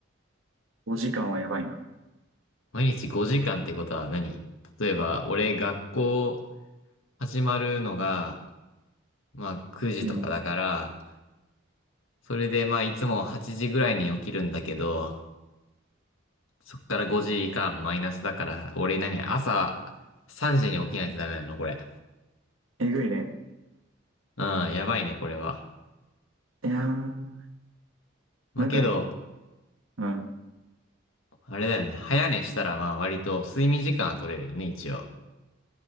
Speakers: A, on the right; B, on the left.
A: お時間はやばいな。
B: 毎日5時間ってことは何例えば、俺学校始まるのが、まあ9時とかだから、
A: うん。
B: それでまあいつも8時ぐらいに起きるんだけど、そっから5時間マイナスだから、俺何朝3時に起きないとダメなのこれ。
A: えぐいね。
B: うん、やばいね、これは。
A: いやー、
B: まあ、
A: なんか、
B: けど、
A: うん。
B: あれだよね。早寝したらまあ割と睡眠時間は取れるよね、一応。